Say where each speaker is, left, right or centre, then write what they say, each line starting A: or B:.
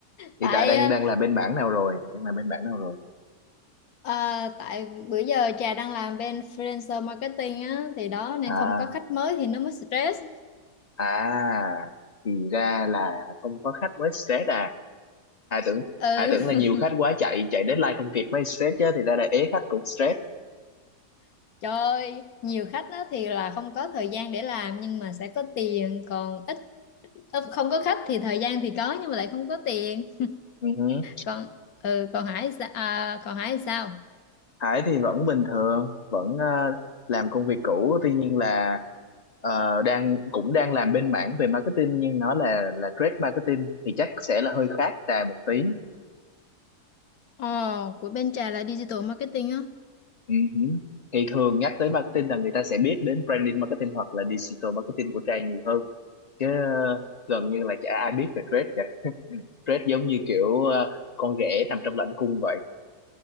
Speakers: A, on the left; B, on the left.
A: Hiện
B: Tại
A: tại đang
B: ờ,
A: đang làm bên mảng nào rồi? Đang làm bên mảng nào rồi?
B: ờ, tại bữa giờ Trà đang làm bên freelancer marketing á thì đó nên
A: À,
B: không có khách mới thì nó mới stress.
A: à, thì ra là không có khách mới stress à? Ai tưởng
B: Ừ.
A: ai tưởng là nhiều khách quá chạy chạy deadline không kịp mới stress chứ, thì ra là ế khách cũng stress.
B: <laughs> Trời ơi, nhiều khách á thì là không có thời gian để làm nhưng mà sẽ có tiền, còn ít ơ, không có khách thì thời gian thì có nhưng mà lại không có tiền.
A: ừ
B: còn ừ, còn Hải sa- à, còn Hải sao
A: Hải thì vẫn bình thường, vẫn ờ, làm công việc cũ, tuy nhiên là ờ, đang cũng đang làm bên mảng về marketing nhưng nó là là trade marketing thì chắc sẽ là hơi khác Trà một tí.
B: Ồ, của bên Trà là digital marketing á.
A: Ừ hử. Thì thường nhắc tới marketing là người ta sẽ biết đến branding marketing hoặc là digital marketing của Trà nhiều hơn chứ ờ, gần như là chả ai biết về trade cả. Trade giống như kiểu ờ, con ghẻ nằm trong lãnh cung vậy.